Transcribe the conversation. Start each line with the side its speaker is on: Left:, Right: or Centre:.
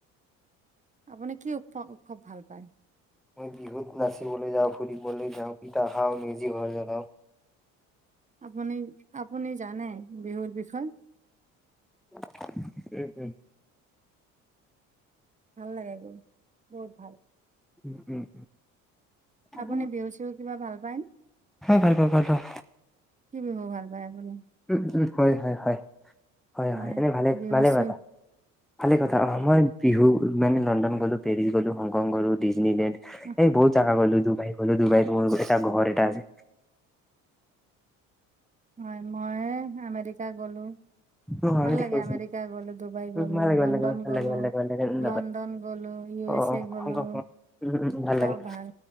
Right: আপুনি কি উৎস- উৎসৱ ভাল পায়?
Centre: মই বিহুত নাচিবলৈ যাওঁ, ফুৰিবলৈ যাওঁ, পিঠা খাওঁ, মেজি ঘৰ জ্বলাওঁ।
Right: আপুনি, আপুনি জানে বিহুৰ বিষয়ে?
Centre: উম- উম।
Right: ভাল লাগে গৈ, বহুত ভাল।
Centre: উম। অ',
Right: আপুনি বিহু চিহু কিবা ভাল পায়
Centre: ভাল পাওঁ, ভাল পাওঁ।
Right: কি বিহু ভাল পায় আপুনি?
Centre: উম-উম, হয়-হয়- হয়। হয়-হয়
Right: হয়
Centre: এনে ভালে
Right: বিহু
Centre: -ভালে
Right: চিহু
Centre: কথা, ভালে কথা অ', মই বিহু মানে লণ্ডন গ'লো, পেৰিছ গ'লো, হংকং গলো, ডিজনীলেণ্ড,
Right: অ
Centre: এই বহুত জাগাত গ'লো দুুবাইত গ'লো দুবাইত মোৰ এটা ঘৰ এটা আছে।
Right: হয় মই আমেৰিকা গ'লোঁ।
Centre: উম, আমি
Right: ভাল
Centre: দেখি
Right: লাগে
Centre: আহিছো।
Right: আমেৰিকা গ'লো, ডুবাই
Centre: উম,
Right: গ'লো,
Centre: ভাল লাগে
Right: লণ্ডন
Centre: ভাল লাগে ভাল
Right: গলো।
Centre: লাগে ভাল লাগে ভাল লাগে উম,
Right: লণ্ডন গ'লো, ইউ
Centre: অ অ,
Right: এছ এ গ'লো।
Centre: Hong Kong Hong Kong. উম উম উম,
Right: চব
Centre: লাগে
Right: ভাল,